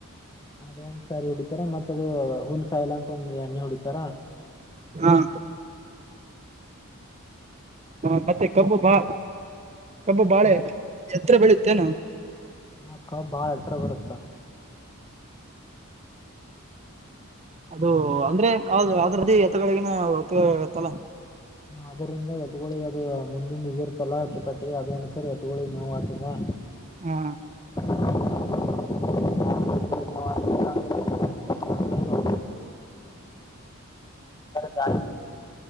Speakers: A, on the left; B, on the right.
A: ಅದೊಂದ್ ಸಾರಿ ಹೊಡಿತಾರ ಮತ್ತ ಅದು ಹೂಲ್ ಸಾಯಲ ಅಂತ ಒಂದು ಎಣ್ಣೆ ಹೊಡಿತಾರ್ತ
B: ಹ ಹಾ ಮತ್ತೆ ಕಬ್ಬು ಬಾ ಕಬ್ಬು ಬಾಳೆ ಎತ್ರ ಬೆಳುತ್ತೇನ
A: ಹಕ್ಕ ಬಾಳ ಹತ್ರ ಬರುತ್ತ
B: ಅದು ಅಂದ್ರೆ ಅ ಅದ್ರದ್ದು ಎತಗನ ಉಪಯೋಗ ಆಗತ್ತಲ್ಲ
A: ಹ ಅದರಿಂದ ಎತ್ಗೊಳ್ಳಿ ಅದು ಮುಂದಿನ ಇದಿರ್ತಲ್ಲ ಚಿಪಾಟಿ ಅದ ಅನಕ ಎತ್ಗೋಳಿ ನೋವು ಆತದೆ
B: ಹಾ
A: <unintelligible> ಗಾ